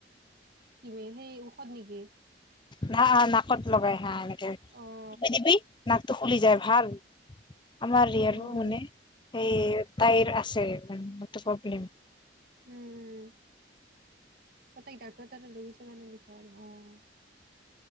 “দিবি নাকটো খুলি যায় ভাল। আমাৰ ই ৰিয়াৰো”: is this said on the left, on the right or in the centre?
Left